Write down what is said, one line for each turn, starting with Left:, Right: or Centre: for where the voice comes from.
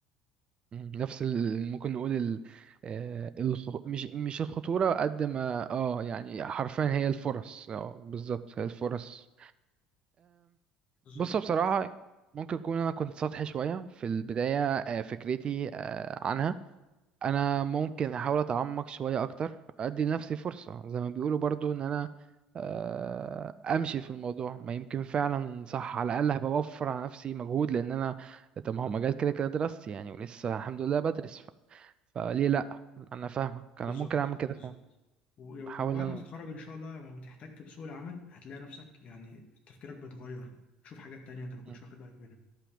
Right: مم. نفس ال... ممكن نقول ال... آه الخ... مش مش الخطورة قد ما اه يعني حرفيا هي الفرص اه بالظبط هي الفرص
Left: بالظبط
Right: بص بصراحة ممكن يكون أنا كنت سطحي شوية في البداية آه، فكرتي آه، عنها أنا ممكن أحاول أتعمق شوية أكتر أدي لنفسي فرصة زي ما بيقولوا برضو إن أنا آه، أمشي في الموضوع ما يمكن فعلا صح على الأقل هبقى بوفر على نفسي مجهود لأن أنا طب ما هو مجال كده كده دراستي يعني ولسه الحمد لله بدرس ف... فليه لأ أنا فاهمك
Left: بالظبط
Right: أنا ممكن أعمل كده
Left: بالظبط
Right: فعلا
Left: و- وبعد
Right: أحاول إن أنا
Left: ما تتخرج ان شاء الله لما تحتك بسوق العمل هتلاقي نفسك يعني تفكيرك بيتغير تشوف حاجات تانية انت ما كنتش
Right: مم.
Left: واخد بالك منها